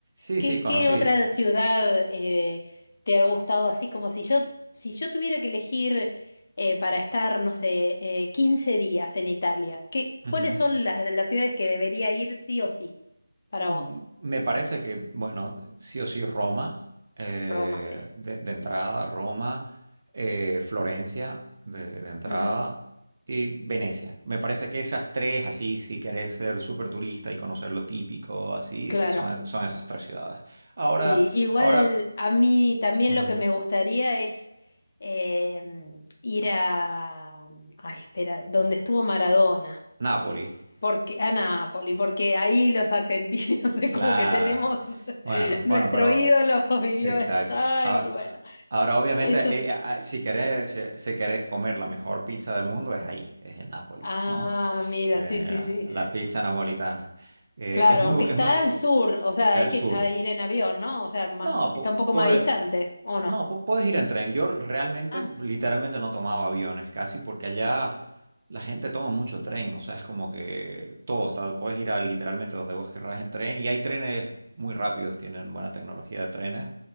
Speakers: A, on the right; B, on the left.
A: Sí,
B: ¿Qué,
A: sí, conocí.
B: qué otra ciudad eh, te ha gustado así? Como si yo, si yo tuviera que elegir eh, para estar, no sé, eh, 15 días en Italia, ¿qué,
A: Ujú.
B: cuáles son las, las ciudades que debería ir sí o sí para
A: Mm,
B: vos?
A: Me parece que, bueno, sí o sí Roma, eh,
B: Roma, sí.
A: de, de entrada Roma, eh, Florencia de, de entrada
B: Ujú,
A: y Venecia. Me parece que esas tres, así, si querés ser súper turista y conocer lo típico, así,
B: Claro.
A: son, son esas tres ciudades. Ahora,
B: Sí, igual
A: ahora,
B: a mí también
A: ujú,
B: lo que me gustaría es em, ir a... Ay, espera, donde estuvo Maradona.
A: Nápoli,
B: Porque, a Nápoli, porque ahí los argentinos <laughs> es
A: claro.
B: como que tenemos <laughs>
A: Bueno,
B: nuestro
A: bueno, pero
B: ídolo <laughs> vivió
A: Exacto.
B: allá
A: A-
B: y bueno,
A: Ahora, obviamente,
B: eso.
A: eh, ah, si querés, si, si querés comer la mejor pizza del mundo, es ahí, es en Nápoles,
B: Ah,
A: ¿no?
B: mira,
A: Eh,
B: sí, sí, sí.
A: la pizza napolitana. Eh,
B: Claro,
A: es muy,
B: aunque
A: bu-
B: está
A: es muy,
B: al sur, o sea,
A: el
B: hay que
A: sur.
B: ya ir en avión, ¿no? O sea, más,
A: No, po-
B: está un poco
A: puede-
B: más distante, ¿o no?
A: no, pu- puedes ir en tren. Yo realmente,
B: Ah,
A: literalmente no tomaba aviones casi porque allá la gente toma mucho tren. O sea, es como que todo está, puedes ir a literalmente donde vos querrás en tren y hay trenes muy rápidos, tienen buena tecnología de trenes.